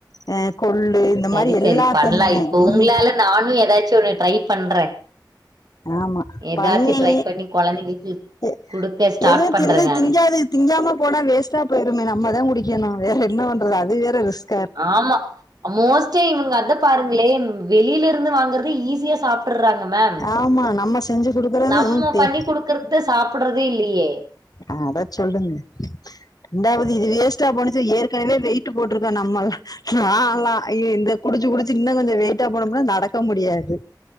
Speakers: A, on the left (about 55°); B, on the right (about 55°).
A: ஆ கொள்ளு இந்த
B: செரி
A: மாதிரி
B: சரி
A: எல்லாத்தையுமே
B: பண்ணலா இப்ப
A: உம்
B: உங்களால நானு ஏதாச்சி ஒன்னு ட்ரை பண்றே
A: ஆமா
B: ஏதாச்சி
A: பண்ணி
B: ட்ரை பண்ணி கொழந்தைங்களுக்கு
A: எ-
B: குடுக்க ஸ்டார்ட்
A: எதுவும்
B: பண்ற
A: தின்னு
B: நானு
A: திங்காது திங்காம போனா வேஸ்ட்டா போயிருமே நம்ம தா குடிக்கணு வேற என்ன பண்றது அது வேற ரிஸ்க்
B: ஆமா மோஸ்ட்டா இவுங்க அத பாருங்களே வெளியில இருந்து வாங்குறது ஈஸியா சாப்ப சாப்புட்றாங்க மேம்
A: ஆமா நம்ம செஞ்சு கொடுக்கறது
B: நம்ம
A: ம், தே-
B: பண்ணி குடுக்கறத சாப்பிட்றதே இல்லையே
A: அத சொல்லுங்க ரெண்டாவது இது வேஸ்டா போனுச்சி ஏற்க் ஏற்கனவே வெயிட் போட்டிருக்கோ நம்ம நாலா இந்த குடிச்சி குடிச்சி இன்னு கொஞ்சோ வெயிட்டா போனோம்னா நடக்க முடியாது